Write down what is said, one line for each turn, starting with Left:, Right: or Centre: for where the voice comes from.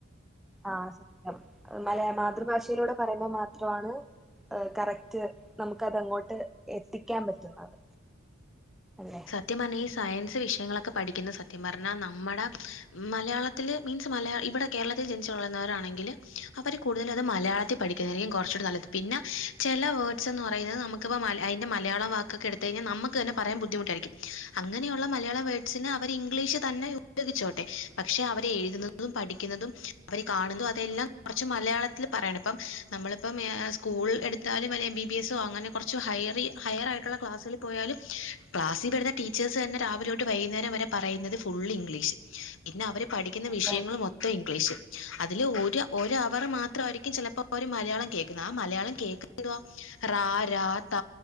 Centre: ആഹ് സത്യം മലയാ മാതൃഭാഷയിലൂടെ പറയുമ്പോ മാത്രണ് കറക്റ്റ് നമുക്ക് അതങ്ങോട്ട് എത്തിക്കാൻ പറ്റുന്നത് അല്ലേ
Left: സത്യം പറഞ്ഞ ഈ സയൻസ് വിഷയങ്ങളൊക്കെ പഠിക്കുന്ന സത്യം പറഞ്ഞാ നമ്മുടെ മലയാള മളത്തിത്തില് മീൻസ് മലയാള ഇവിടെ കേരളത്തിൽ ജനിച്ചുള്ളുന്നവരാണെങ്കില് അവർ കൂടുതല അത് മലയാളത്തി പഠിക്കതായിരിക്കും കുറച്ചുകൂടി നല്ലത് പിന്നെ ചെല വേഡ്സ് എന്ന്പറയുന്നത് നമുക്ക്പ്പോ അയിന്റെ മലയാളം വാക്കൊക്കെ എടുത്ത് കഴിഞ്ഞാ നമുക്ക് തന്നെ പറയാൻ ബുദ്ധിമു അങ്ങനെയുള്ള മലയാള വേഡ്സിന് അവർ ഇംഗ്ലീഷ് തന്നെ ഉപയോഗിച്ചോട്ടെ പക്ഷെ അവരെ എഴുത് പഠിക്കുന്നതും അവര് കാണുന്നതും അതെല്ലാം കുറച്ച് മലയാളത്തി പറയണം ഇപ്പം നമ്മളിപ്പം ഏഹ് സ്കൂൾ എടുത്താലും അല്ലെ എം ബി ബി എസ്സോ അങ്ങനെ കുറച്ച് ഹയറി ഹയർ ആയിട്ടുള്ള ക്ലാസ്സിൽ പോയാലും ക്ലാസ്സിൽ വര്ന്ന ടീച്ചേഴ്സ് തന്നെ രാവിലൊട്ട് വൈകുന്നേരം വരെ പറയുന്നത് ഫുൾ ഇംഗ്ലീഷ് പിന്നെ അവര് പഠിക്കുന്ന
Centre: അതെ
Left: വിഷയങ്ങളും
Centre: അതെ
Left: മൊത് ഇംഗ്ലീഷ് അതില് ഒരു ഒരു അവർ മാത്രമായിരിക്കും ചിലപ്പോ മലയാളം കേൾക്കുന്നത് ആ മലയാളം കേക്ക് റ രാ ത